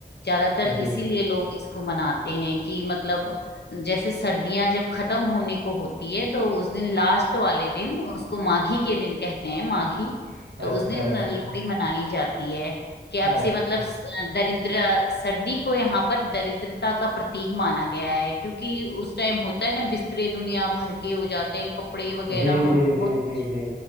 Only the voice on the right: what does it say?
जी
अच्छा
अच्छा
अच्छा
जी
जी
जी
जी जी